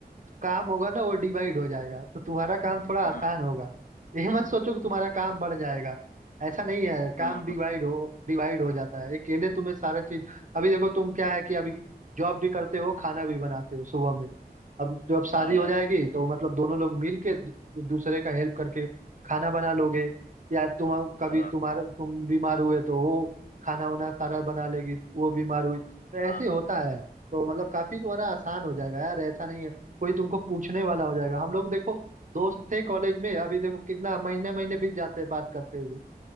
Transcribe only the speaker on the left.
हम्म,
हम्म,
हाँ हाँ यार
हाँ
हाँ,